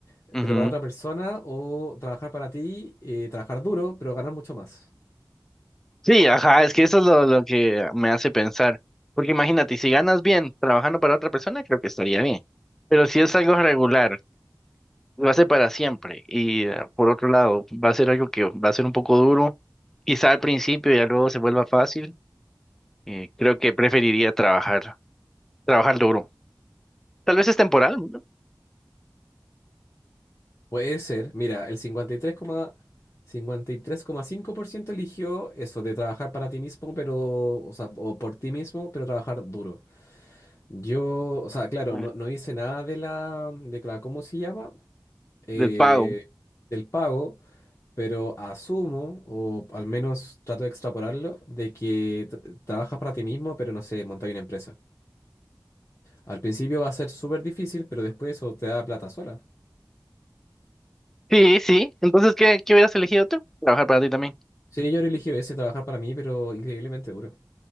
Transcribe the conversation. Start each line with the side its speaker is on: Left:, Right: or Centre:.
Left: eh,
Centre: ujú.
Left: pero para otra persona, o trabajar para ti, eh, trabajar duro, pero ganar mucho más.
Centre: Sí, ajá, es que eso es lo, lo que me hace pensar. Porque imagínate, si ganas bien trabajando para otra persona, creo que estaría bien. Pero si es algo regular. va a ser para siempre. Y eh, por otro lado, va a ser algo que va a ser un poco duro. Quizá al principio ya luego se vuelva fácil. eh, creo que preferiría trabajar, trabajar duro. Tal vez es temporal, ¿no?
Left: Puede ser, mira, el cincuenta cincuenta y y tres tres coma cincuenta y tres coma cinco por ciento eligió eso, de trabajar para ti mismo, pero, o sea, o por ti mismo, pero trabajar duro. Yo, o sea, claro,
Centre: Ah,
Left: no, no hice nada de la, de la, ¿cómo se llama? Eh,
Centre: Del pago.
Left: del pago. Pero asumo, o al menos trato de extrapolarlo, de que tr- trabajas para ti mismo, pero no sé, montar una empresa. Al principio va a ser súper difícil, pero después eso te da plata sola.
Centre: Sí, sí. Entonces, ¿qué, qué hubieras elegido tú? Trabajar para ti también.
Left: Sí, yo elegí ese trabajar para mí, pero increíblemente duro.